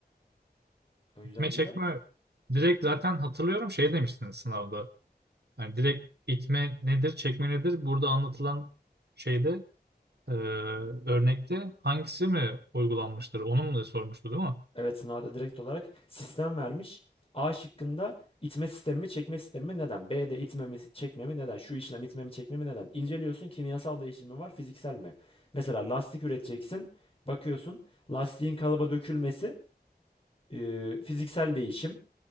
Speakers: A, on the left (about 35°); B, on the right (about 80°).
A: O yüzden
B: İtme
A: güzel.
B: çekme direkt zaten hatırlıyorum şey demiştiniz sınavda. Yani direkt itme nedir, çekme nedir? Burada anlatılan şeyde e, örnekte hangisi mi uygulanmıştır? Onu mu da sormuştu değil mi?
A: Evet sınavda direkt olarak sistem vermiş. A şıkkında itme sistemi mi çekme sistemi mi neden? B'de itme mi çekme mi neden? Şu işlem itme mi çekme mi neden? İnceliyorsun kimyasal değişimi var fiziksel mi? Mesela lastik üreteceksin. Bakıyorsun lastiğin kalıba dökülmesi e, fiziksel değişim.